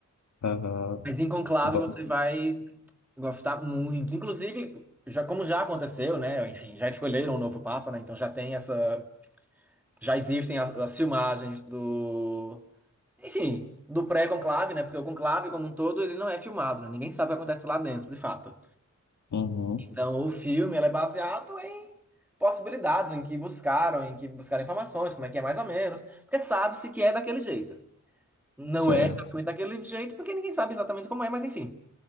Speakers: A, on the left; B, in the centre.
A: Aham.
B: Mas em Conclave
A: Bom,
B: você vai gostar muito. Inclusive, já, como já aconteceu, né? Enfim, já escolheram o novo Papa, né? Então já tem essa. Já existem as, as filmagens do. Enfim, do pré-conclave, né? Porque o conclave, como um todo, ele não é filmado, né? Ninguém sabe o que acontece lá dentro, de fato.
A: Uhum.
B: Então, o filme ele é baseado em possibilidades, em que buscaram, em que buscaram informações, como é que é mais ou menos, porque sabe-se que é daquele jeito. Não
A: Certo.
B: é exatamente daquele jeito, porque ninguém sabe exatamente como é, mas enfim.